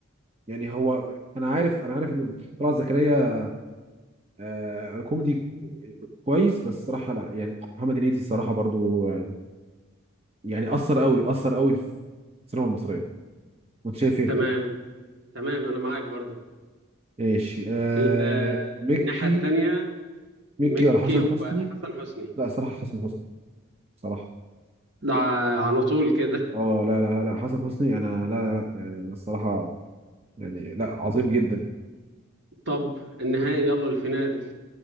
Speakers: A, on the right (about 30°); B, on the right (about 60°).
A: يعني هو أنا عارف أنا عارف إن طلعت زكريا آه كوميدي كويس بس الصراحة لا يعني محمد هنيدي الصراحة برضو آه، يعني أثر قوي أثر قوي في السينما المصرية وأنت شايف إيه؟
B: تمام تمام انا معاك برضو
A: ماشي آه
B: ال- آه،
A: مكي
B: الناحية التانية
A: مكي
B: مكي
A: ولا حسن
B: وحسن
A: حسني؟
B: حسني
A: لا صراحة حسن حسني بصراحة
B: ده على طول كده
A: اه لا لا لا حسن حسني انا لا لا لا يعني الصراحة يعني لا عظيم جدا
B: طب النهائي يلا الفينال